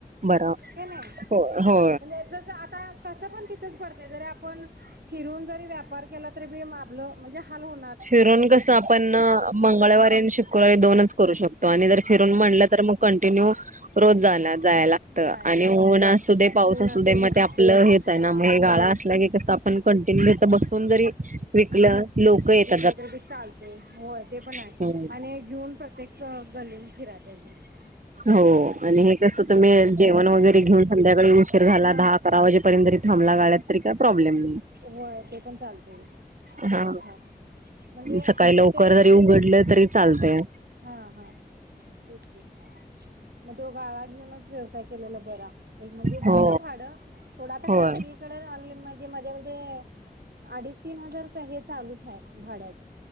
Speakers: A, on the right; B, on the right.
A: बरं
B: नाय नाय
A: हो हो
B: म्हणजे जस आता कस पण त <unintelligible> आपण फिरून जरी व्यापार केला तरी बी आपल म्हणजे हाल होत
A: फिरून कस आपण मंगळवारी आणि शुक्रवारी दोनच करू शकतो तो आणि जर फिरून म्हणल
B: हा
A: तर मग कंटिन्यू रोज जाना जायला लागत
B: जायला
A: आणि
B: लागतय
A: ऊन असुदे पाऊस
B: ऊन
A: असुदे,
B: असतय
A: मग ते आपल हेच आहे
B: हा
A: ना मग हे गाळा असला की कस आपण कंटिन्यू हित बस हून जरी विकल्यात लोक येत
B: कुट तरी ते चालतय होय ते पण हाय
A: हम्म
B: आणि घेऊन प्रतेक गल्लीत आणि फिराय पाहिजे.
A: हो,
B: असं आहे
A: आणि हे कसं तुम्ही
B: ते
A: जेवण वगैरे
B: हा
A: घीऊन संध्याकाळी उशीर झाला
B: हा
A: दहा, अकरा वाजेपर्यंत तरी थांबला गाड्यात काय प्रॉब्लेम नाही
B: होय ते पण चालतय सगळ्यात
A: हा
B: भारी म्हणजे
A: सकाळी लवकर
B: तेच
A: जरी उघडल तरी चालतेअ
B: हा हा तेच की हि मग त्यो गाळ्यात हणूनच व्यवसाय केलेला बरा एक म्हणजे
A: हो.
B: जाईना भाडं थोडं आता
A: होय
B: काय सगळीकडे राहिली माझे मजा त अडीच तीन हजार रुपये हे चालूच हाय भाड्यात